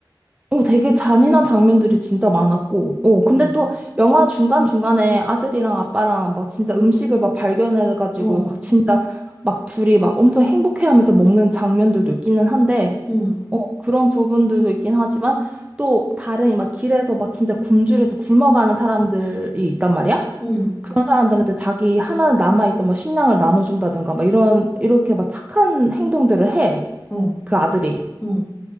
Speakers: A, on the right; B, on the left.
A: 어, 되게 잔인한 장면들이 진짜 많았고. 어, 근데
B: 응,
A: 또 영화 중간중간에 아들이랑 아빠랑 막 진짜 음식을 막 발견해가지고
B: 어,
A: 막 진짜 막 둘이 막 엄청 행복해하면서 먹는 장면들도 있기는 한데,
B: 응,
A: 어, 그런 부분들도 있긴 하지만 또 다른 막 길에서 막 진짜 굶주려서 굶어가는 사람들이 있단 말이야?
B: 응,
A: 그런 사람들한테 자기 하나 남아있던 뭐 식량을 나눠준다든가 막 이런 이렇게 막 착한 행동들을 해.
B: 어,
A: 그 아들이.
B: 응.